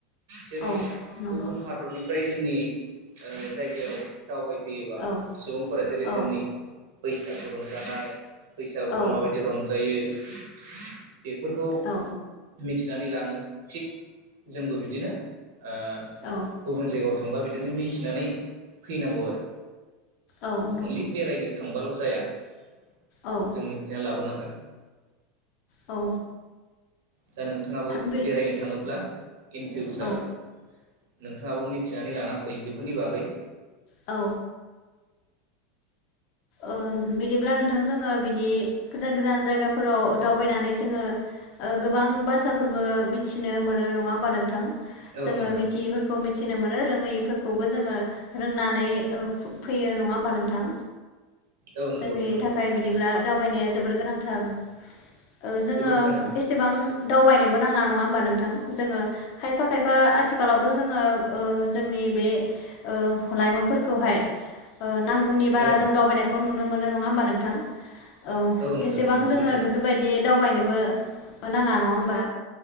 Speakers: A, on the right; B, on the left.
A: जेरै
B: औ नंगौ
A: गुबुन हादरनि फ्राय जोंनि ओ जायगायाव दावबाय फैयोबा
B: औ
A: सुबुंफोरा जेरै
B: औ
A: जोंनि बैसागु रंजानाय बैसागुखौ
B: औ
A: माबायदि रंजायो <inaudible> बेफोरखौ
B: औ
A: मिथिनानै लाङो थिग जोंबो बिदिनो ओ
B: औ
A: गुबुन जायगायाव थ थांबा बिदिनो मिथिनानै फैनांगौ आरो
B: औ नंगौ
A: अनलि बेरायनो थ थांबाल' जाया जों
B: औ
A: मिथिना लाबोनांगोन
B: औ
A: दा नोंथाङाबो
B: बे
A: बेरायनो थाङोब्ला इन फिउसार
B: औ
A: आरो नोंथाङाबो मिथिनानै लाना फै बेफोरनि बागै
B: औ ओ बिदिब्ला नोंथां जोङो बिदि गोजान गोजान जायगाफोराव दावबायनानै जोङो ओ गोबां बाथ्राफोरबो मिथिनो मोनो नङा होमबा नोंथां?
A: औ
B: जोङो
A: नोंथां
B: मिथियैफोरखौ मिथिनो मोनो रोङैफोर खौबो जोङो रोंनानै औ फैयो नङा होमबा नोंथां?
A: औ नंगौ
B: जोंनि
A: नंगौ
B: थाखाय बिदिब्ला
A: नोंथां।
B: दावबायनाया जोबोर गोनांथार ओ जोङो
A: जोबोद गोनां
B: एसेबां दावबायनो बो नांआ नङा होमबा नोंथां? जोङो खायफा खायफा आथिखालावथ' जोङो ओ जोंनि बे ओ लाइमोनफोरखौहाय ओ नांगौनि बारा
A: औ
B: जों
A: नोंथां
B: दावबायनायखौ नुनो मोन नङा होमबा नों थां औ
A: नोंथां
B: एसेबां
A: नंगौ
B: जोङो
A: सैथो
B: बेफोरबायदि दावबायनोबो नाङा नङा होमबा